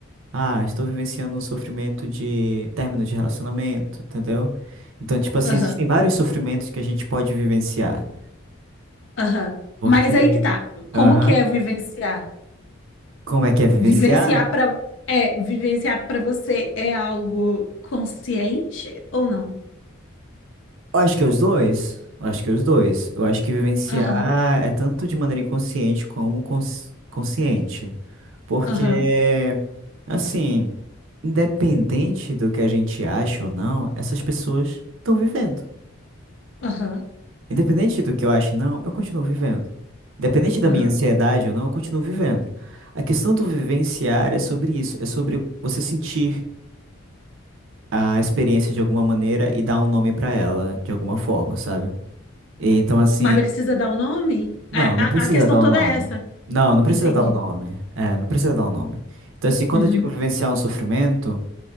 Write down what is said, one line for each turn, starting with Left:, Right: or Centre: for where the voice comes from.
Right: Ah, estou vivenciando o sofrimento de término de relacionamento, entendeu? Então, tipo assim,
Left: Aham.
Right: existem vários sofrimentos que a gente pode vivenciar.
Left: Aham.
Right: Porque,
Left: Mas aí que tá. Como
Right: aham,
Left: que é vivenciar?
Right: Como é que é vivenciar?
Left: Vivenciar para é, vivenciar para você é algo consciente ou não?
Right: Eu acho que é os dois. Eu acho que é os dois. Eu acho que vivenciar
Left: Aham.
Right: é tanto de maneira inconsciente como cons- consciente. Porque,
Left: Aham.
Right: assim, independente do que a gente acha ou não, essas pessoas estão vivendo.
Left: Aham.
Right: Independente do que eu acho ou não, eu continuo vivendo. Independente da
Left: Aham.
Right: minha ansiedade ou não, eu continuo vivendo. A questão do vivenciar é sobre isso, é sobre você sentir a experiência de alguma maneira e dar um nome pra ela de alguma forma, sabe? E Então, assim,
Left: Mas precisa dar o nome?
Right: Não,
Left: A,
Right: não precisa
Left: a, a questão
Right: dar o
Left: toda
Right: nome.
Left: é essa.
Right: Não, não precisa
Left: Entendi.
Right: dar o nome. É, não precisa dar o nome. Então, assim, quando
Left: Uhum,
Right: eu digo vivenciar um sofrimento,